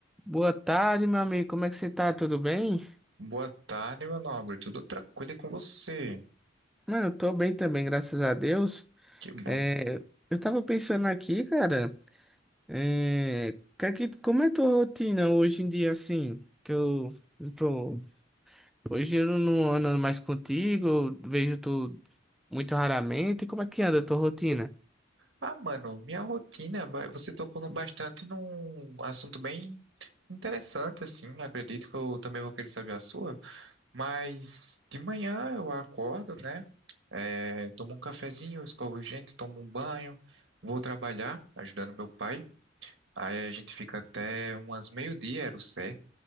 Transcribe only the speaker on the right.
Boa tarde, meu nobre. Tudo tranquilo e com você?
Que bom.
Ah, mano, minha rotina, ba- você tocou no- bastante num assunto bem interessante, assim. né? Acredito que eu também vou querer saber a sua. Mas de manhã eu acordo, né? É, tomo um cafezinho, escovo os dentes, tomo um banho, vou trabalhar ajudando meu pai. Aí a gente fica até umas meio-dia, era o certo.